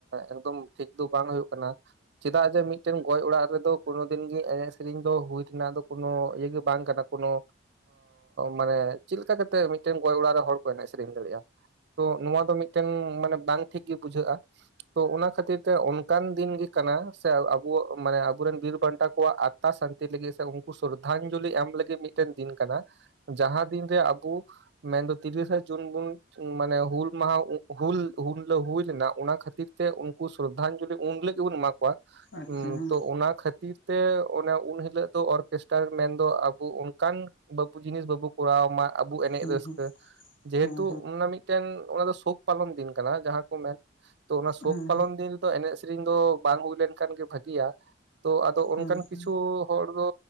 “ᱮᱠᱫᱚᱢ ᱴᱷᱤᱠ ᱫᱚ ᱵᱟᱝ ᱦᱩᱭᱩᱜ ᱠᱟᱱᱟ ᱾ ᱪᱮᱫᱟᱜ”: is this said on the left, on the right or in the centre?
Right